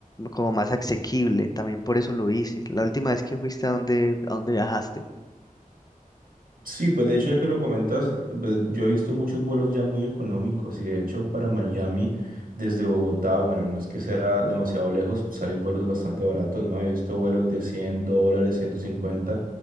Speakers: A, on the left (about 25°); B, on the right (about 80°).
A: Como más asequible, también por eso lo hice. La última vez que fuiste a dónde, a dónde viajaste.
B: Sí, pues de hecho, ya que lo comentas, eh, pues, yo he visto muchos vuelos ya muy económicos y de hecho para Miami desde Bogotá, bueno, no es que sea demasiado lejos, salen vuelos bastante
A: Ujú,
B: baratos, ¿no? He visto vuelos de 100 dólares, 150.